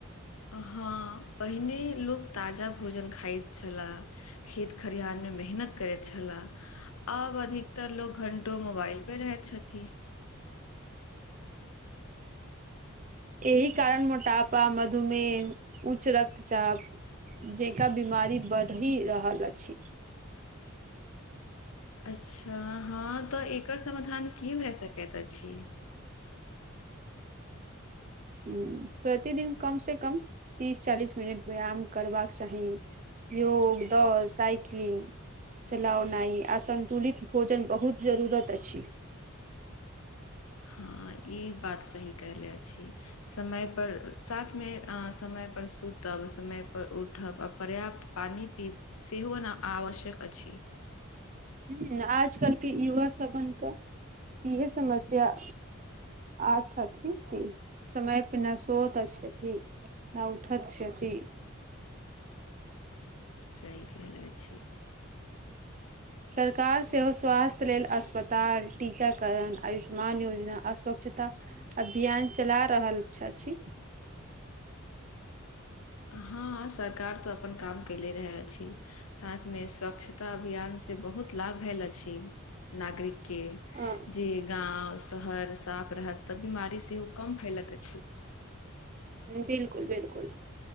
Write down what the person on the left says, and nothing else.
हँ पहिने लोक ताजा भोजन खाइत छला खेत खरिहहारमे मेहनत करैत छह आब अधिकतर लोग घंटो मोबाइल पे रहैत छथिन <inaudible>
अच्छा हँ तऽ एकर समाधान की भए सकैत अछि
हँ ई बात सही कहले छी समय पर साथ में समय पर सुतब समय पर उठब आ पर्याप्त पानी सेहो ने आवश्यक अछि
सह कहले छी
हँ सरकार तऽ अपन काम कैले रहै अछि साथ मे स्वच्छता अभियान से बहुत लाभ भेल अछि नागरिक के
जे गाँव शहर साफ रहत तऽ बिमारी सेहो कम फैलैत अछि